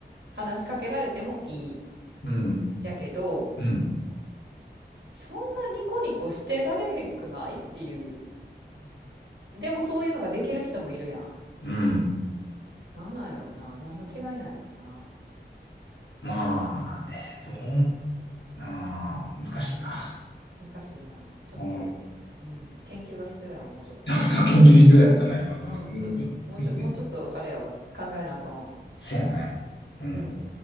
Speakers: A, on the right; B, on the left.
A: 話しかけられてもいい。
B: うん。
A: やけど、
B: うん。
A: そんなニコニコしてられへんくないっていう。でもそういうのができる人もいるやん。
B: うん
A: なんなんやろうな。何の違いなんやろうな。
B: まあ、えー、どう、あー、難しいな。
A: 難しいな。ちょっと、
B: うん。
A: うん、研究が必要やわ、もうちょっと。
B: ちょっと研究必要やったな、今のが。
A: うんうん。
B: 難しい。
A: もうちょ、
B: うん
A: もうちょっと、あれやわ。考えなあかんわ。
B: せやね。うん。
A: うん。